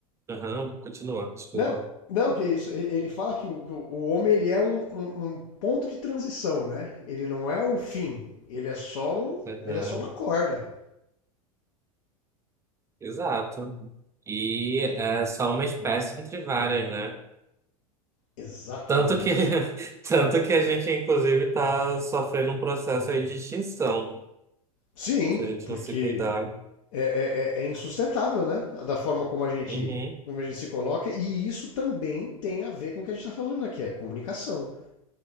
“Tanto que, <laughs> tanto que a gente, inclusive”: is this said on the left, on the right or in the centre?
Right